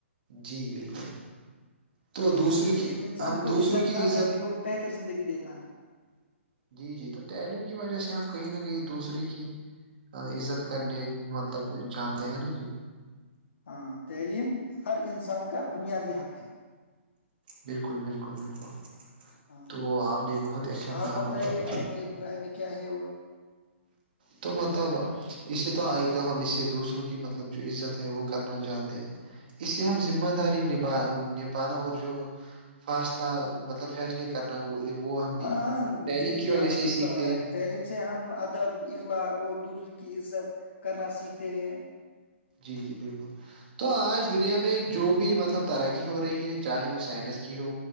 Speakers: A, on the right (about 45°); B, on the left (about 60°).
A: جی بالکل تو دوسروں
B: ہاں تعلیم
A: کی
B: انسان
A: ہم
B: کو
A: دوسروں
B: ازات
A: کی
B: کامیابی
A: عزت
B: اور بہتر زندگی دیتا ہے
A: جی جی تو تعلیم کی وجہ سے ہم کہیں نہ کہیں دوسری کی عزت کرنےنی مطلب جانتے ہیں نا جی
B: ہاں تعلیم ہر انسان کا بنیادی حق ہے
A: بالکل بالکل بالکل
B: ہاں
A: تو آپ نے بہت اچھا
B: آپ
A: کہا
B: بتائیے
A: مطلب
B: آپ کے برائے میں کیا ہے اور
A: تو مہتبہ اس سے تو آئے تو ہم اس سے دوسروں کی مطلب جو عزت ہے وہ کرنا جانتے اس
B: جی
A: سے ہم
B: جی
A: ذمہ داری نبھا نبھانا اور جو فاصلہ مطلب فیصلے کر وہ وہ ہم بھی
B: ہاں ہاں
A: تعلیم
B: جی جی
A: کی وجہ
B: آپ صحیح
A: سے ہی سیکھتے
B: فرما
A: ہیں
B: رہے تعلیم سے ہم ادب اخلاق اور دوسروں کی عزت کرنا سیکھتے ہیں
A: جی جی بالکل تو آج دنیا میں جو بھی مطلب ترقی ہو رہی ہے چاہے وہ سائنس کی ہو